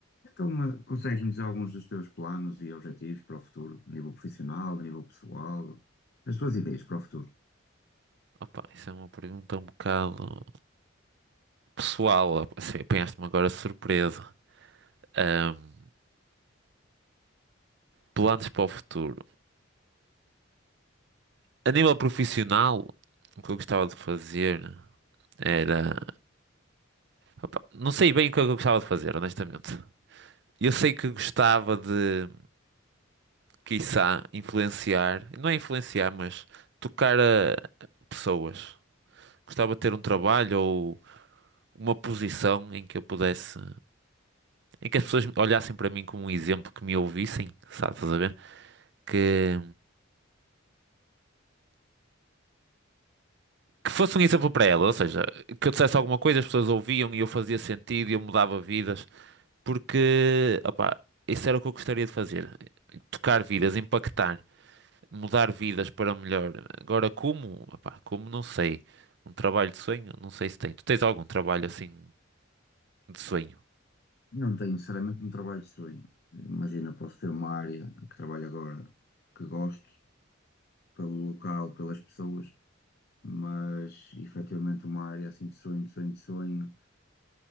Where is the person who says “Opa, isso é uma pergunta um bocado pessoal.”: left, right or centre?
Right